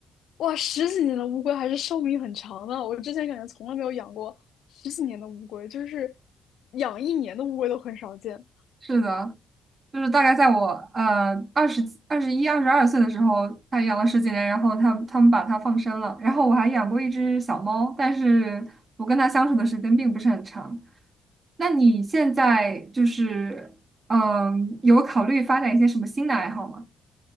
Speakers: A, on the left; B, on the right.
A: 哇，十几年的乌龟还是寿命很长的。我之前感觉从来没有养过十几年的乌龟，就是养一年的乌龟都很少见。
B: 是的。就是大概在我呃二十二十一、二十二岁的时候，他养了十几年，然后他他们把它放生了，然后我还养过一只小猫，但是我跟它相处的时间并不是很长。那你现在就是嗯、有考虑发展一些什么新的爱好吗？